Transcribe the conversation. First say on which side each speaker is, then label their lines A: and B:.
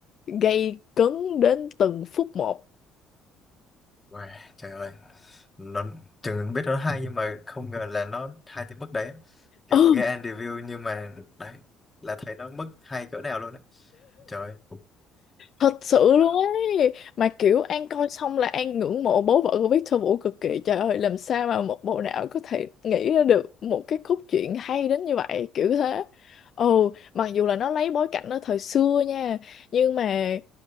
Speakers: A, on the left; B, on the left.
A: gây cấn đến từng phút một
B: wow, trời ơi. Nó, chừng biết nó hay nhưng mà không ngờ là nó hay tới mức đấy. á. Kiểu
A: ừ
B: nghe anh review nhưng mà đấy, là thấy nó mức hay cỡ nào luôn đấy. Trời, ơi,
A: thật sự luôn ấy mà kiểu An coi xong là An ngưỡng mộ bố vợ của Victor Vũ cực kỳ trời ơi làm sao mà một bộ não có thể nghĩ ra được một cái cốt truyện hay đến như vậy kiểu thế ồ mặc dù là nó lấy bối cảnh ở thời xưa nha nhưng mà